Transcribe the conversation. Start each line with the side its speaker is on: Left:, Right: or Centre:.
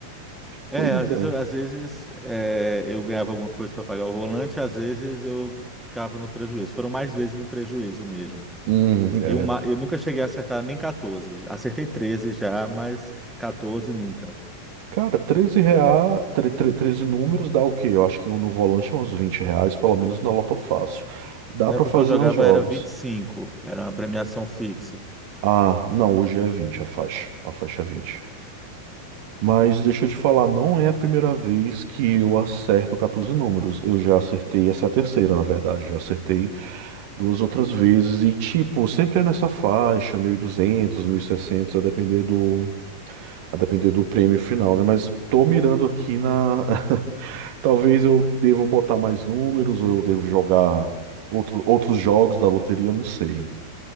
Centre: É,
Right: Pois
Centre: às vezes,
Right: é.
Centre: eu- às vezes é, eu ganhava alguma coisa para pagar o volante, às vezes eu ficava no prejuízo. Foram mais vezes no prejuízo mesmo.
Right: Hum, é.
Centre: E uma, eu nunca cheguei a acertar nem 14. Acertei 13 já, mas 14 nunca.
Right: Cara, 13 reais, tre- tre- 13 números dá o quê? Eu acho que no volante é uns 20 reais, pelo menos na Lotofácil. Dá
Centre: Na
Right: pra
Centre: época
Right: fazer
Centre: que eu jogava
Right: uns jogos.
Centre: era vinte e cinco. era uma premiação fixa.
Right: Ah, não, hoje é 20, a faixa. A faixa é 20. Mas deixa eu te falar, não é a primeira vez que eu acerto 14 números. Eu já acertei, essa é a terceira, na verdade. Já acertei duas outras vezes e, tipo, sempre é nessa faixa, mil mil e duzentos, mil e seiscentos, a depender do, a depender do prêmio final, né? Mas tô mirando aqui na... <laughs> Talvez eu devo botar mais números ou eu devo jogar outro, outros jogos da loteria, eu não sei. O